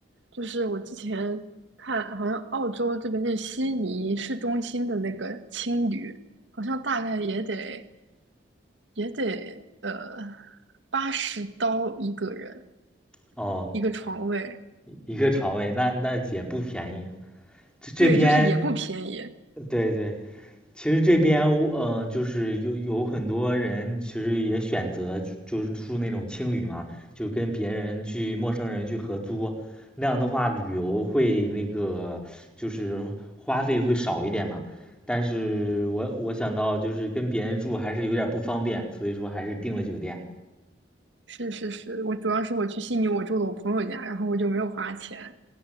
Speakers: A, on the right; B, in the centre.
A: 就是我之前看好像澳洲这边就是悉尼市中心的那个青旅，好像大概也得也得呃八十刀一个人，
B: 哦，
A: 一个床位，
B: 一个床位，那那也不便宜。这这边，
A: 对，就是也不便宜。
B: 对对，其实这边呃，就是有有很多人其实也选择就就是住那种青旅嘛，就跟别人去陌生人去合租，那样的话旅游会那个就是花费会少一点嘛。但是我我想到就是跟别人住还是有点不方便，所以说还是订了酒店。
A: 是是是，我主要是我去悉尼，我住的我朋友家，然后我就没有花钱。